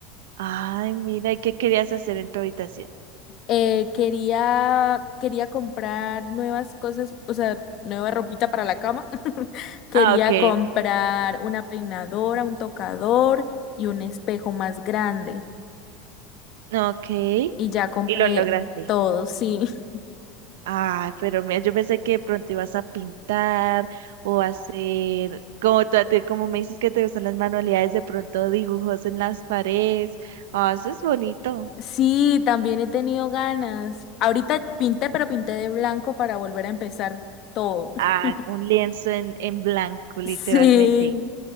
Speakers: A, on the right (about 85°); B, on the left (about 40°).
A: Ay, mira, ¿y qué querías hacer en tu habitación?
B: Eh, quería, quería comprar nuevas cosas, o sea, nueva ropita para la cama. <laughs> Quería
A: Ah, ok,
B: comprar una peinadora, un tocador y un espejo más grande.
A: ok.
B: Y ya compré
A: Y lo lograste.
B: todo, sí. <laughs>
A: Ah, pero mira, yo pensé que de pronto ibas a pintar o hacer, como, tú- te- como me dices que te gustan las manualidades, de pronto dibujos en las paredes. Ah, eso es bonito.
B: Sí, también he tenido ganas. Ahorita pinté, pero pinté de blanco para volver a empezar todo. <laughs>
A: a un lienzo en, en blanco, literalmente.
B: Sí.